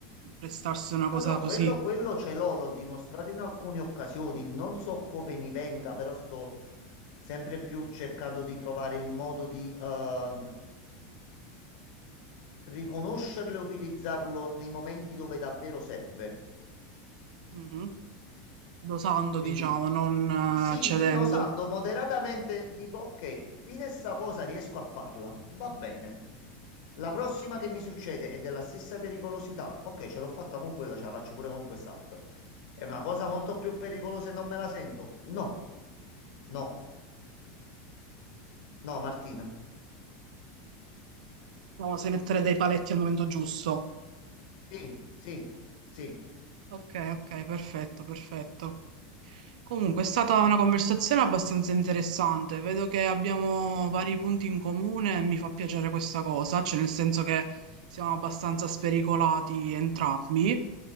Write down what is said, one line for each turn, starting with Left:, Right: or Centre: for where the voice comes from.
Right: prestarsi una
Left: No,
Right: cosa
Left: no, quello,
Right: così.
Left: quello ce l'ho, l'ho dimostrato in alcune occasioni. Non so come mi venga, però sto sempre più cercando di trovare il modo di ehm, riconoscerlo e utilizzarlo nei momenti dove davvero serve.
Right: Mhm. Dosando,
Left: Quindi
Right: diciamo, non
Left: sì,
Right: eh, cedendo.
Left: sì, osando moderatamente dico, ok, fino a sta cosa riesco a farla, va bene. La prossima che mi succede è della stessa pericolosità. Ok, ce l'ho fatta con quella, ce la faccio pure con quest'altra. È una cosa molto più pericolosa e non me la sento. No, no, no, Martina.
Right: Proviamo a mettere dei paletti al momento giusto.
Left: Sì, sì, sì.
Right: Ok, ok, perfetto, perfetto. Comunque è stata una conversazione abbastanza interessante. Vedo che abbiamo vari punti in comune e mi fa piacere questa cosa, cioè nel senso che siamo abbastanza spericolati entrambi.